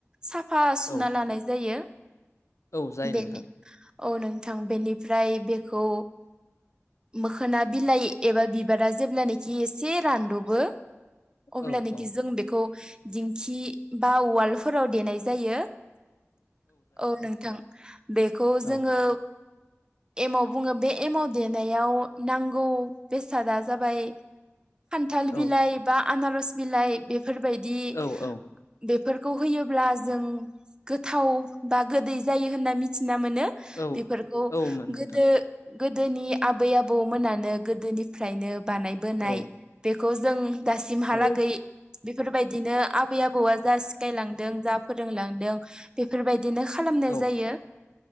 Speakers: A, on the right (about 15°); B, on the left (about 80°).
A: साफा सुना
B: औ
A: लानाय जायो
B: औ जायो
A: बेनि
B: नोंथां
A: औ नोंथां बेनिफ्राय बेखौ मोखोना बिलाइ एबा बिबारा जेब्लानाखि एसे रान दबो अब्लानोखि
B: औ औ
A: जों बेखौ दिंखि बा उवालफोराव देनाय जायो औ नोंथां बेखौ
B: औ
A: जोङो एमाव बुङो बे एमाव देनायाव नांगौ बेसादा जाबाय थाल बिलाइ
B: औ
A: बा आनारस बिलाइ बेफोरबायदि
B: औ औ
A: खौ होयोब्ला जों गोथाव बा गोदै जायो होनना मिथि ना मोनो
B: औ
A: बेफोरखौ
B: औमोन नोंथां
A: गोदो गोदोनि आबै आबौमोनानो गोदोनिफ्रायनो बानायबोनाय
B: औ
A: बेखौ जों दासिमहालागै
B: औ
A: बेफोरबायदिनो आबै आबौआ जा सिखायलांदों जा फोरोंलांदों दों बेफोरबायदिनो खालामनाय
B: औ
A: जायो